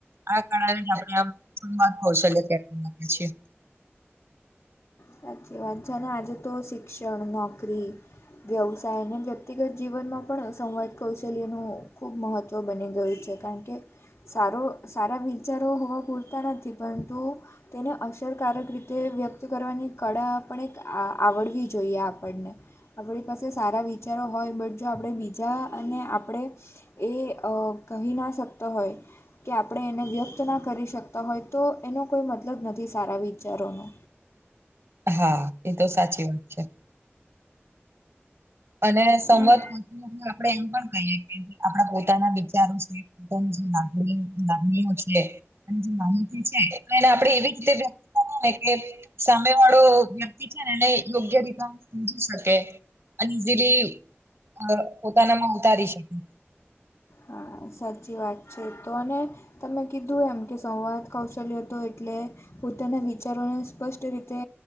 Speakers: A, on the right (about 65°); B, on the left (about 85°).
A: આ કળા ને જ આપડે આમ સંવાદ કૌશલ્ય કહીએ <unintelligible>
B: સાચી વાત છે અને આજે તો શિક્ષણ નોકરી વ્યવસાય અને વ્યક્તિગત જીવનમાં પણ સંવાદ કૌશલ્યનું ખૂબ મહત્ત ત્વ બની ગયું છે કાણ કે સારો સારા વિચારો હોવા પૂરતા નથી પરંતુ તેને અસરકારક રીતે વ્યક્ત કરવાની કળા પણ એક આ આવડવી જોઈએ આપણને આપડી પાસે સારા વિચારો હોય બટ જો આપડે બીજા અને આપડે એ અ કહી ના શકતો હોય. કે આપડે એને વ્યક્ત ના કરી શકતા હોય તો એનો કોઈ મતલબ નથી સારા વિચારોનો
A: હા, એ તો સાચી વાત છે. અને સંવાદ
B: એ
A: <unintelligible> આપણે એમ પણ કહીએ કે આપણા પોતાના વિચારો છે. <unintelligible> લાગણીઓ છે. માહિતી છે એ આપડે એવી રીતે વ્યક્ત કર ને કે. સામે વાળો વ્યક્તિ છે ને એને યોગ્ય રીતે સમજી શકે. અને ઇઝીલી પોતાનામાં ઉતારી શકે.
B: હા વાત છે અને તમે કીધું એમ કે સંવાદ કૌશલ્ય હતો એટલે પોતાના વિચારોને સ્પષ્ટ રીતે